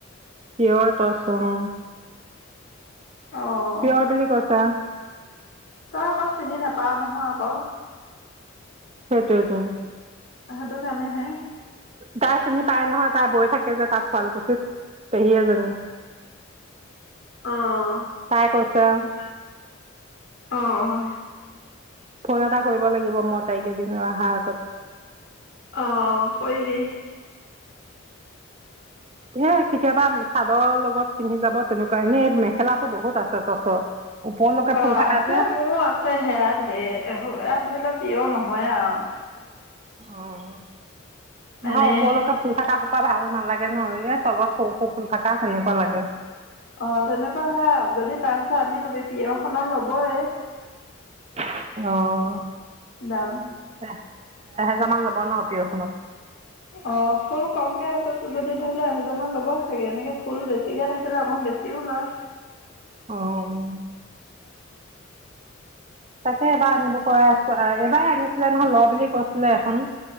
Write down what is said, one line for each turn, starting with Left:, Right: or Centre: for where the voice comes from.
Right: প্ৰিয়ত টচ অঁ।
Left: অঁ
Right: প্ৰিয়ৰ বুলি কৈছা।
Left: তই আকৌ চিনি নাপাওঁ নহয় আকৌ।
Right: সেইটোৱেটোন।
Left: সেইতত কাৰণে সে
Right: তাই চিনি পায় নহয় তাই গৈ থাকে যে তাত শুৱালকুছিত, পেহী এজনী।
Left: অঁ
Right: তাই কৈছে আৰু
Left: -অঁ।
Right: ফোন এটা কৰিব লাগিব মই তাইক এদিনৰ অহা আগত।
Left: অঁ কৰিবি।
Right: এ কেতিয়াবা চাদৰ লগত পিন্ধি যাব তেনেকুৱা এনেই মেখেলাটো বহুত আছে টচৰ। ওপৰলৈকে
Left: অঁ
Right: ফুল থকা
Left: আছে
Right: যে
Left: মোৰ আছে সেয়া ধেৰ, এ এয়া ধৰি লওক প্ৰিয়ৰ নহয় আৰু।
Right: অঁ নহয়
Left: এনেই
Right: ওপৰলৈকে ফুল থকা সোপা ভাল নালাগে নহয়নে তলত সৰু-সৰু ফুল থকা সেনেকোৱা লাগে।
Left: অঁ তেনেকুৱা সেয়া যদি, আনি লবি প্ৰিয়ৰ খনৰ ল'বই। <inaudible>
Right: অঁ এ এহেজাৰ
Left: দাম
Right: মান ল'ব ন প্ৰিয়ৰখনত।
Left: অঁ ফুল কমকে আছে যদি ধৰি ল এহেজাৰ মান ল'ব চাগে এনেকে ফুল বেছিকে থাকিলে অকণ বেচিও লয়।
Right: অঁ। তাকে এবাৰ আনিব পৰাই আছো, এবাৰ আনিছিলে নহয় ল বুলি কৈছিলে এখন।